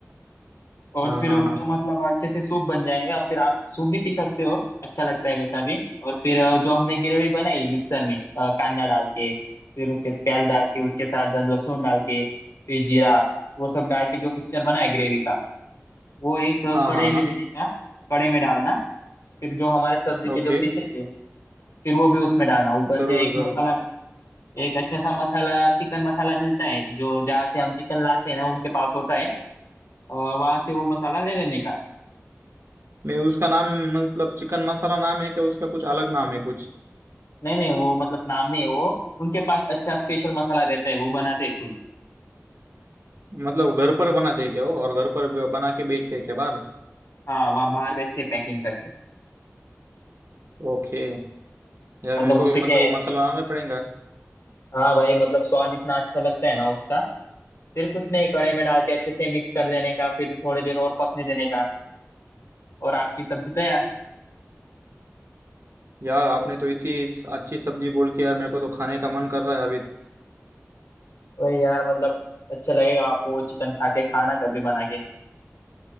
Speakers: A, on the left; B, on the right.
A: और
B: हाँ
A: फिर
B: हाँ
A: उसका
B: हाँ
A: मतलब अच्छे से सूप बन जाएगा फिर आप सूप भी पी सकते हो अच्छा लगता है वैसा भी और फिर अ, जो हमने ग्रेवी बनाई मिक्सर में अ, कांदा डाल के फिर उसके प्याज डाल के उसके साथ लहसुन डाल के फिर जीरा वो सब डाल के जो मिक्सचर बना है ग्रेवी का वो एक अ,
B: हाँ
A: कढ़ाई
B: हाँ हाँ
A: में लेने का कढ़ाई में डालना फिर जो हमारे सब्जी के
B: ओके
A: जो पीसेस है फिर वो भी उसमें डालना ऊपर
B: जरूर
A: से एक
B: जरूर
A: मसाला एक अच्छा सा मसाला चिकन मसाला मिलता है जो जहाँ से हम चिकन लाते हैं ना उनके पास होता है और वहां से वो मसाला ले लेने का
B: नहीं उसका नाम मतलब चिकन मसाला नाम है क्या उसका कुछ अलग नाम है कुछ
A: नहीं नहीं वो मतलब नाम नहीं वो उनके पास अच्छा स्पेशल मसाला रहता है वो बनाते हैं खुद
B: मतलब घर पर बनाते हैं क्या वो और घर पर ब- बना के बेचते हैं क्या बाहर
A: हाँ वहाँ बाहर बेचते पैकिंग करके
B: ओके यार
A: मतलब
B: मेरे को
A: उससे
B: भी मतलब
A: क्या है
B: वो मसाला बनाना पड़ेगा
A: हाँ भाई मतलब स्वाद इतना अच्छा लगता है ना उसका फिर कुछ नहीं कड़े में डाल के अच्छे से मिक्स कर देने का फिर थोड़ी देर और पकने देने का और आपकी सब्जी तैयार
B: यार आपने तो इतनी अच्छी सब्जी बोल के यार मेरे को तो खाने का मन कर रहा है अभी
A: वही यार मतलब अच्छा लगेगा आपको चिकन खा के खाना कभी बना